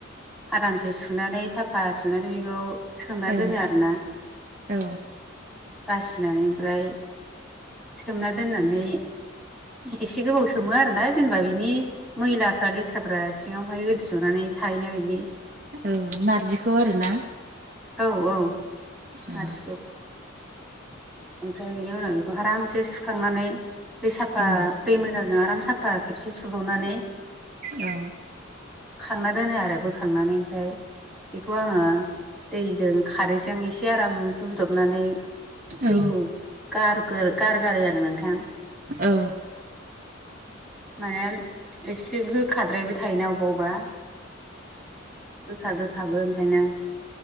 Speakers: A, in the centre; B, on the right.
A: आरामसे सुनानै साफा सुनानै बेखौ सोमना
B: ओं
A: दोनो आरोना
B: औ
A: बासिनानै ओमफ्राय। सोमना दोननानै एसे गोबाव सोमो आरोना जेनेबा बिनि मैलाफ्रा लेथ्राफ्रा सिङावहाय गोदि जनानै थाहैनाय बायदि।
B: औ नारजिखौ आरो ना
A: औ औ
B: औ
A: नारजिखौ ओमफ्राय बिनि उनाव बेखौ आरामसे सुखांनानै दै साफा।
B: उम
A: दै मोजांजों आराम साफा खेबसे सुबावनानै
B: ओ।
A: खांना दोनो आरो बोखांनानै ओमफ्राय बेखौ आङो दैजों खारैजों एसे आराम रुदबनानै।
B: औ
A: दैखौ गारगोर गारगारो आरो नोंथां
B: औ
A: माने एसे गोखाद्रायबो थायोना अबा अबा गोखा गोखाबो ओंखायनो